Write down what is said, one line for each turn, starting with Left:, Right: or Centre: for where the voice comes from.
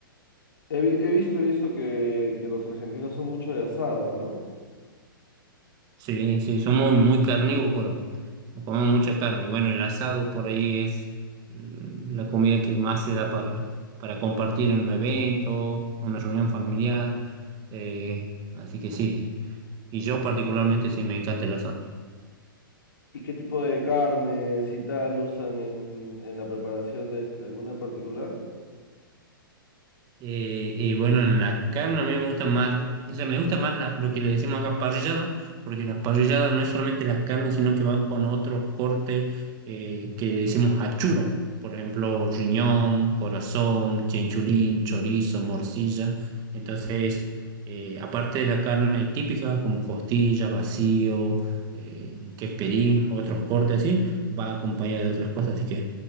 Left: He, vi- he visto, he visto que, que los argentinos son mucho de asado, ¿no?
Right: Sí, sí, somos muy carnívoros, comemos mucha carne. Y bueno, el asado por ahí es mm, la comida que más se da para, para compartir en un evento, una reunión familiar. eh, así que sí. Y yo particularmente sí me encanta el asado.
Left: ¿Y qué tipo de carnes y tal usan en, en la preparación de este, alguna en particular?
Right: Eh, y bueno, en la carne a mí me gusta más, o sea, me gusta más la- lo que le decimos acá parrillada, porque la parrillada no es solamente la carne, sino que van con otros cortes eh, que le decimos achura, por ejemplo, riñón, corazón, chinchulín, chorizo, morcilla. Entonces, eh, aparte de la carne típica, como costilla, vacío, eh, quesperí, otros cortes así, va acompañado de otras cosas, así que